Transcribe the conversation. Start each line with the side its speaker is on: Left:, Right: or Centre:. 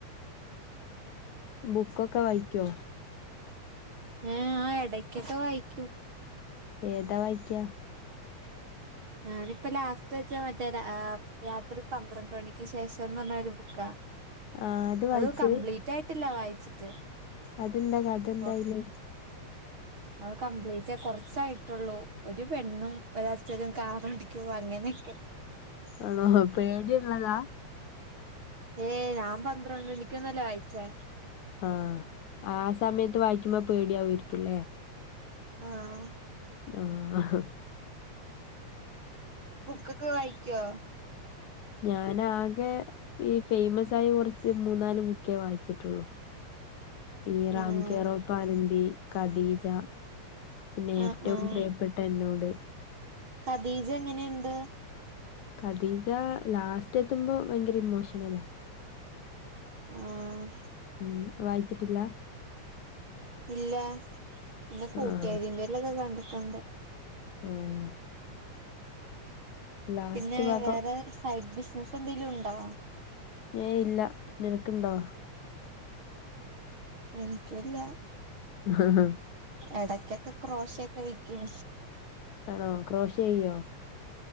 Left: ബുക്കൊക്ക വായിക്കോ
Right: ഏഹ് ആഹ് എടക്കെക്ക വായിക്കും
Left: ഏതാ വായിക്കാ
Right: ഞാനിപ്പ ലാസ്റ്റ് യ്ച്ചാ മറ്റേ രാ രാത്രി പന്ത്രണ്ട് മണിക്ക് ശേഷംന്ന് പറഞ ഒരു ബുക്കാ
Left: ആ വായിച്ച്
Right: അത് കംപ്ലീറ്റായിട്ടില്ല വായിച്ചിട്ട്
Left: അതെന്താ കഥെന്തായില്
Right: കൊർ അത് കംപ്ലീറ്റാ കൊറച്ചായിട്ടുള്ളൂ ഒരു പെണ്ണും ഒരച്ഛനും കാറോടിക്കുമ്പോ അങ്ങനെക്കെ
Left: ആണോ ഹ പേടിള്ളതാ
Right: ഏയ് ഞാൻ പന്ത്രണ്ട് മണിക്ക്ന്നല്ലെ വായിച്ചേ
Left: ആഹ് ആ സമയത്ത് വായിക്കുമ്പൊ പേടിയാവ്വാേയിരിക്കുല്ലേ
Right: ആഹ് ആവും
Left: ആഹ് അഹ്
Right: ബുക്കൊക്ക വായിക്കോ
Left: ഞാനാകെ ഈ ഫൈമസായ കുറച്ച് മൂന്നാല് ബുക്കേ വായിച്ചിട്ടുള്ളു
Right: <inaudible>
Left: ഈ റാംകേറോപ്പാനന്തി
Right: ആഹ്
Left: ഖദീജ പിന്നെ
Right: ആഹ്
Left: ഏറ്റവും
Right: ആഹ്
Left: പ്രിയപ്പെട്ട എന്നോട്
Right: ഖദീജ എങ്ങനെയുണ്ട്
Left: ഖദീജ ലാസ്റ്റ് എത്തുമ്പോ ഭയങ്കര ഇമോഷണലാ
Right: ആഹ്
Left: ഉം വായിച്ചിട്ടില്ല
Right: ഇല്ലാ ഇന്റെ കൂട്ടാരിറ്റേലൊക്കെ
Left: ആഹ്
Right: കണ്ടിട്ടുണ്ട്
Left: ആഹ് ലാസ്റ്റ്
Right: പിന്നെ
Left: ഭാഗം
Right: വേറെ സൈഡ് ബിസ്നസ്സ് എന്തെലും ഉണ്ടോ
Left: ഏയ് ഇല്ല നിനക്ക്ണ്ടോ
Right: എനക്കുംല്ല
Left: ആഹ
Right: എടയ്ക്കൊക്കെ ക്രോശൊക്കെ വിക്കും
Left: ആണോ ക്രോഷ് ചെയ്യോ